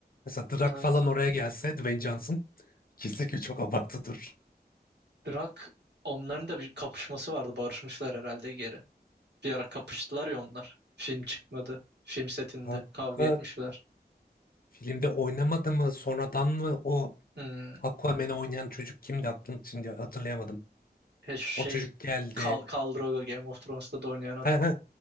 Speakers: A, on the left; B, on the right.
A: Mesela Drak
B: Evet.
A: falan oraya gelse Dwayne Johnson. ikisi ki çok abartıdır.
B: Drak onların da bir kapışması vardı. Barışmışlar herhalde geri. Bir ara kapıştılar ya onlar. Film çıkmadı. Film setinde
A: Kanka
B: kavga etmişler.
A: filmde oynamadı mı sonradan mı o
B: Hmm.
A: Aquaman'ı oynayan çocuk kimdi aklım şimdi hatırlayamadım.
B: He şu
A: O
B: şey
A: çocuk geldi.
B: Khal, Khal Drogo Game of Thrones'ta da oynayan adam.
A: He he.